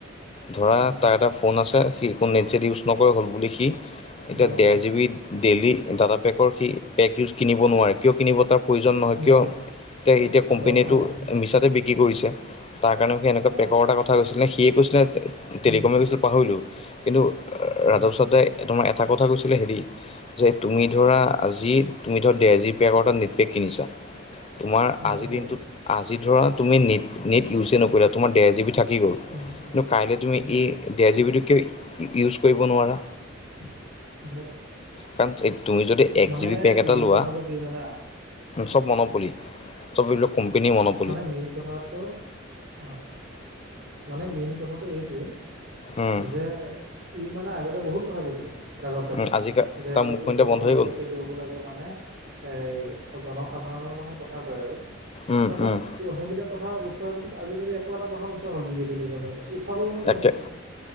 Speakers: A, on the left; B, on the right.
A: ধৰা
B: উম
A: তাৰ এটা ফোন আছে, সি একো নেট জেট ইউজ নকৰে হ'ল বুলি সি। এতিয়া
B: গম
A: ডেৰ
B: পালো
A: জি বি ডেইলি ডাটা পেকৰ সি, পেক ইউজ কিনিব নোৱাৰে। কিয় কিনিব তাৰ প্ৰয়োজন নহয়।
B: নোৱাৰে
A: কিয়, এতিয়া কোম্পেনীটো
B: দৰকাৰ নাই নহয়
A: মিছাতে বিক্ৰী কৰিছে। তাৰ কাৰণে সি এনেকোৱা
B: অ
A: পেকৰ এটা কথা কৈছিলে, সিয়ে কৈছিলে টেলিকমে
B: উম
A: কৈছিলে পাহৰিলো। কিন্তু
B: উম
A: ৰাধৱ চাদাই, তোমাৰ এটা কথা কৈছিলে হেৰি যে তুমি ধৰা, আজি তুমি ধৰা ডেৰ জিবি পেকৰ এটা নেট পেক কিনিছা তোমাৰ
B: গম
A: আজি
B: পালো
A: দিনটোত, আজি ধৰা তুমি নেট, নেট ইউজে নকৰিলা, তোমাৰ দেৰ জিবি থাকি গ'ল,
B: উম উম
A: কিন্তু কাইলৈ তুমি
B: উম
A: এই ডেৰ জিবিটো কিয় ইউজ কৰিব নোৱাৰা।
B: <inaudible>
A: কাৰণ তুমি যদি এক
B: মানে
A: জি বি পেক এটা
B: মেইন
A: লোৱা
B: কথাটো কি জানা? উম।
A: চব মনত পৰি ছবিলক কম্পেনী মনত
B: মানে মেইন কথাটো অ' মানে মেইন কথাটো এইটোৱে
A: উম
B: যে ই মানে আগতে বহুত কথা কৈছিলে। ৰাঘৱ চাড্ডাই
A: উম আজিকা
B: যে
A: তাৰ
B: কে
A: মুখখন
B: এইটো
A: এতিয়া বন্ধ
B: হ'ব,
A: হৈ
B: লাগে
A: গ'ল
B: সেইটো হ'ব লাগে মানে এই জনসাধাৰণৰ মানে কথা কয় আৰু।
A: উম
B: তাৰপাছত
A: উম
B: সেইবিলাক কথা উঠোৱাৰ পিছত আজিকালি একো এটা কথা নোকোৱা হ'ল বিজেপীলৈ যোৱা পিছত। উঠাবইনো
A: তাকে
B: কেনেকে